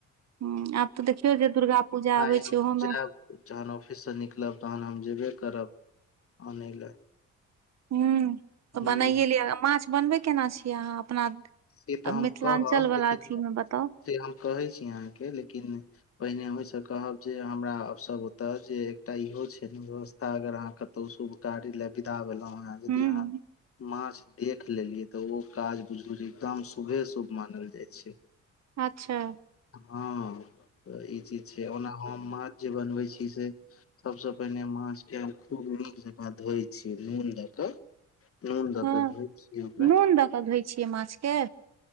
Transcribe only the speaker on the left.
आइ
हम
जायब जहन ऑफिस सँ निकलब, तहन हम जेबे करब आनय लए।
हूँ
से तऽ
हम
कहब
लेकिन
हम-
से हम कहै छी अहाँके। लेकिन पहिने हमहिसँ कहब जे, हमरा सभ ओतः जे एकटा इहो छैत दोस्त। अगर अहाँ कतौ शुभ कार्य ले विदा भेलऊॅं। आउर
यदि अहाँ
माछ देख लेलियै, तऽ ओ काज बुझू जे काम शुभे -शुभ मानल जाइ छै।
हँ, तऽ ई चीज छै, ओना हम माछ जे बनबै छी से सभसँ पहिने माछ के हम खूब नीक जकाँ धोई छि नून दऽ कऽ। नून दऽ
कऽ धोइ छियै ओकरा